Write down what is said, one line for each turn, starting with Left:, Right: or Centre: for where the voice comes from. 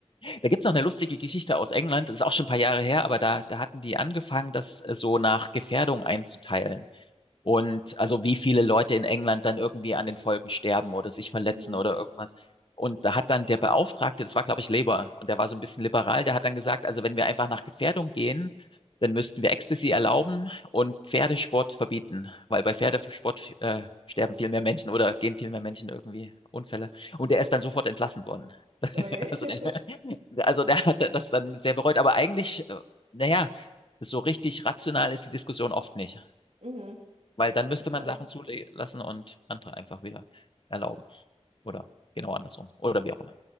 Left: Da gibt's noch eine lustige Geschichte aus England, das ist auch schon ein paar Jahre her, aber da, da hatten die angefangen, das äh, so nach Gefährdung einzuteilen. Und also wie viele Leute in England dann irgendwie an den Folgen sterben oder sich verletzen
Right: Mhm.
Left: oder irgendwas. Und da hat dann der Beauftragte, das war, glaube ich, Labour, und der war so ein bisschen liberal, der hat dann gesagt, also wenn wir einfach nach Gefährdung gehen, dann müssten wir Ecstasy erlauben und Pferdesport verbieten, weil bei Pferdesport äh, sterben viel mehr Menschen oder gehen viel mehr Menschen irgendwie Unfälle. Und der ist dann sofort entlassen worden. <laughs>
Right: Okay.
Left: Also,
Right: <laughs>
Left: der- also der hat das dann sehr bereut. Aber eigentlich, äh, naja, so richtig rational ist die Diskussion oft nicht.
Right: Mhm.
Left: Weil
Right: Ja,
Left: dann
Right: auf
Left: müsste
Right: jeden Fall.
Left: man Sachen zulassen und andere einfach wieder erlauben. Oder genau andersrum. Oder wie auch immer.